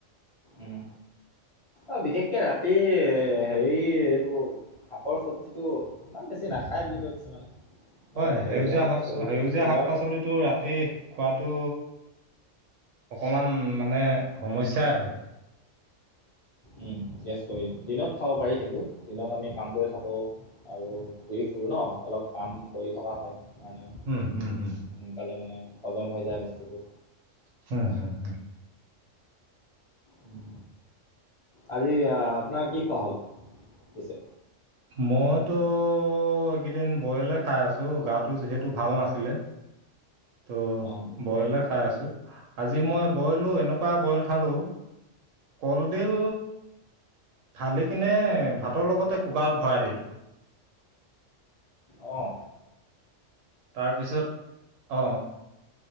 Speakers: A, on the left; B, on the right.
A: উম অ বিশেষকে ৰাতি হেৰি এইটো। শাকৰ চবজি টো ইমান বেছি নাখায় বুলি কয় কিছুমানে। মানে
B: হয় সেউজীয়া
A: শাক পাচলিটো
B: সেউজীয়া
A: দিনত
B: শাক পাচলিটো ৰাতি খোৱাটো অকণমান মানে সমস্যাই হয়।
A: উম গেছ কৰি দিনত খাব পাৰি কিন্তু দিনত আমি কাম কৰি থাকো। আৰু ঘূৰি ফুৰোঁ ন। অলপ কাম কৰি থকা হয় সেইকাৰণে
B: উম হুম
A: সোনকালে
B: হুম
A: মানে হজম হৈ যায় বস্তুটো
B: হম হম হম।
A: উম। আজি আ আপোনাৰ কি খোৱা হ'ল পিছে
B: উ মইতো এইকেইদিন বইলে খাই আছো গাটো যিহেতু ভাল নাছিলে। ত
A: অ',
B: বইলে খাই আছো। আজি মই বইলো এনেকুৱা বইল খালো। কলডিল ঢালি কিনে ভাতৰ লগতে কুকাৰত ভৰাই দিলো।
A: অঁ
B: তাৰপিছত অ